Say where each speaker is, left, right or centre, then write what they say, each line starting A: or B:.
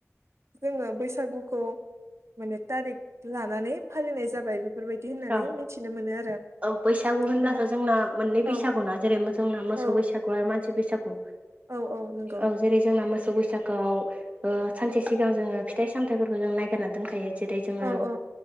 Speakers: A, on the right (about 60°); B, on the right (about 25°).
A: जोङो बैसागुखौ माने तारिख लानानै फालिनाय जाबाय। बेफोरबायदि होननानै
B: औ
A: मिथिनो मोनो आरो
B: औ बैसागु होनब्लाथ'
A: दा
B: जोंना मोननै
A: औ
B: बैसागुना जेरै जोंना मोसौ
A: औ
B: बैसागु आरो मानसि बैसागु
A: औ नंगौ
B: औ जेरै जोंना मोसौ बैसागुआव ओ सानसे सिगां जोङो फिथाइ सामथाइफोरखौ जों नायगिरना दोनखायो जेरै जोङो
A: औ औ